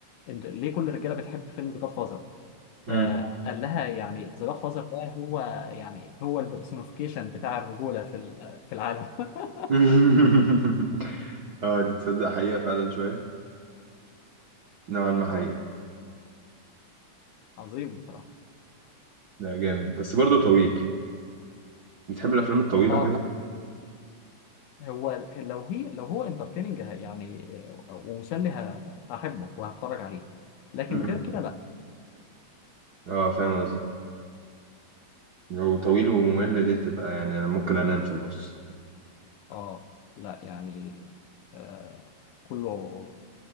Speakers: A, on the left (about 85°); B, on the right (about 70°).
A: انت ليه كل الرجاله بتحب فيلم ذا جاد فازر
B: مم.
A: آه، قال لها يعني ذا جاد فازر ده هو يعني هو البرسونيفيكيشن بتاع الرجوله في ال- في العالم <laughs>
B: <laughs> اه دي تصدق حقيقة فعلا شوية نوعا ما حقيقة
A: آه، عظيم بصراحه
B: لا جامد بس برضو طويل بتحب الأفلام الطويلة
A: اه
B: كده؟
A: هو ال- لو هي لو هو انترتيننج يعني آه، ومسلي ه- هحبه وهتفرج عليه لكن
B: مم.
A: غير كده لا
B: اه فاهم قصدي لو طويل وممل دي تبقى يعني أنا ممكن أنام في النص
A: اه لا يعني آه كله